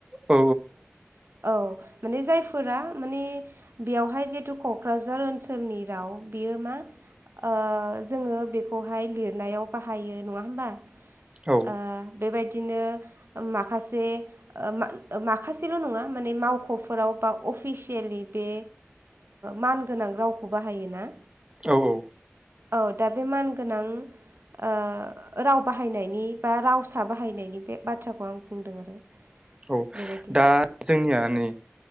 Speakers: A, on the right (about 20°); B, on the right (about 60°).
A: औ
B: ओ औ माने जायफोरा माने बेवहाय जेतु कक कक्राझार ओनसोलनि राव बियो मा ओ जोङो बेखौहाय लिरनायाव बाहायो नङा होमबा
A: औ
B: ओ बेबायदिनो माखासे ओ माखासेल' नङा माने मावख'फोराव बा अफिसिएलि बे मान गोनां रावखौ बाहायोना
A: औ औ।
B: औ दा बे मानगोनां ओ राव बाहायनायनि बा रावसा बाहायनायनि बे बाथ्राखौ आं बुंदों आरो।
A: औ
B: बेबायदि
A: दा जोंनिया नै